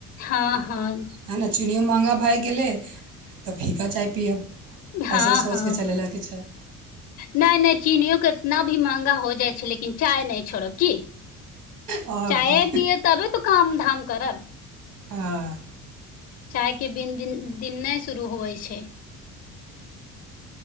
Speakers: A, on the left (about 40°); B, on the right (about 60°).
A: हँ हँ
B: ह ने चीनियो महँगा भ गेलै तऽ फीका चाय पियब
A: हँ
B: अइसन सोचि
A: हँ
B: कऽ चलय लएके छै
A: नहि नहि चीनियो के न अभी महँगा हो जाइ छैय लेकिन चाय नहि छोड़ब की
B: आओर
A: चाय
B: की
A: पियए तबे तऽ काम धाम करब
B: हँ
A: चाय के बिन दिन दिन नहि शुरू होइ छैय